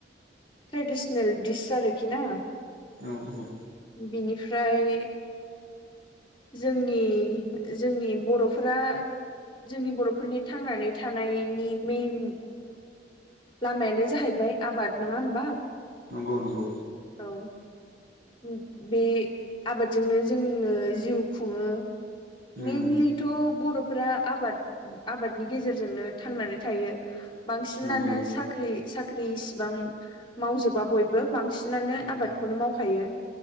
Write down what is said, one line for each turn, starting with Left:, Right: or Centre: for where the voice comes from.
Left: ट्रेडिसनेल दिस आरोखि ना
Right: औ औ
Left: बिनिफ्राय जोंनि जोंनि बर'फोरा जोंनि बर' बेफोरनि थांनानै थानायनि मेन लामायानो जाहैबाय आबाद नङा होमबा
Right: नंगौ नंगौ
Left: औ उम बे आबादजोंनो जोङो जिउ खुङो
Right: उम
Left: मेनलिथ' बर'फोरा आबाद आबादनि गेजेरजोंनो थांनानै थायो बांसिनानो
Right: नंगौ
Left: साख्रि साख्रि इसिबां मावजोबा बयबो बांसिनानो
Right: उम
Left: आबादखौनो मावखायो